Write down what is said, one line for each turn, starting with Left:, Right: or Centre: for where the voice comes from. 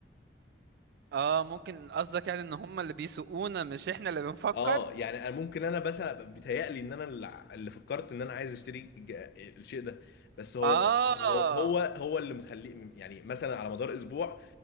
Right: اه ممكن قصدك يعني ان هم اللي بيسوقونا مش احنا اللي بنفكر
Left: اه يعني انا ممكن انا بس بيتهيألي ان انا اللي اللي فكرت ان انا عايز اشتري ج- الشيء ده بس هو
Right: اه
Left: هو هو هو اللي مخليه يعني مثلا على مدار اسبوع